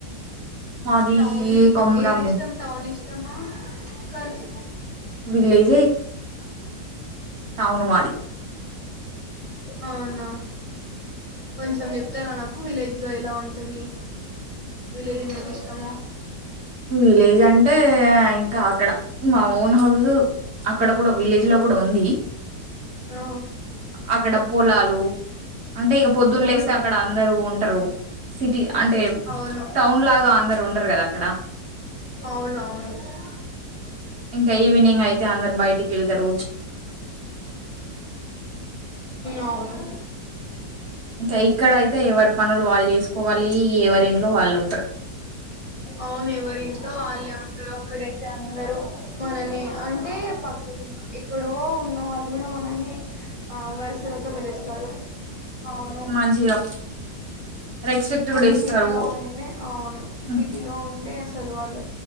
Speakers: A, on the right; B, on the left.
A: మాది
B: టౌన్ మీకు
A: కొమరాంభీం
B: ఏది ఇష్టం టౌన్ ఇష్ట ఇష్టమా కర్రీ
A: లే టౌన్ మాది
B: అవునా కొంచెం చెప్ ఇస్తారా నాకు విలేజ్ లో ఎలా ఉంటది విలేజ్ ఎందుకు ఇష్టమో
A: విలేజ్ అంటే ఇంకా అక్కడ మా ఓన్ హౌస్ అక్కడ కూడా విలేజ్ లో కూడా ఉంది
B: ఆ
A: అక్కడ పొలాలు అంటే ఇక పొద్దున్న
B: అవును
A: లేస్తే అక్కడ అందరు ఉంటరు సిటీ అంటే
B: అవును
A: టౌన్ లాగా అందరు ఉండరు కదా అక్కడ
B: అవునవును
A: ఇంకా ఈవినింగ్ అయితే అందరు బయటికి వెళ్తరు
B: అవును
A: ఇంకా ఇక్కడయిత్ ఎవరి పనులు వాళ్ళు చేసుకోవాలి ఎవరి ఇంట్లో వాళ్ళు ఉంటరు
B: అవును ఎవరి ఇంట్లో వాళ్ళే అక్కడైతే అందరూ మనల్ని అంటే పక్ ఎక్కడో ఉన్న వాళ్ళు కూడా మనల్ని ఆ వరుసలతో పిలుస్తారు అవును
A: మంచిగా రెస్పెక్ట్
B: మనం
A: కూడా ఇస్తారు
B: సిటీలో ఉంటే అవును
A: హ్మ్.
B: సిటీలో ఉంటే సలు వాళ్ళు